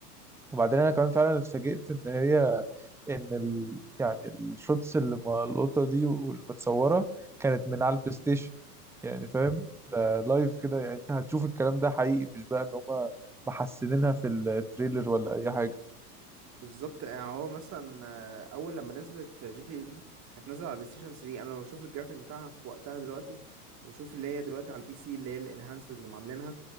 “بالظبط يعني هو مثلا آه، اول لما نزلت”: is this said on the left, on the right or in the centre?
Right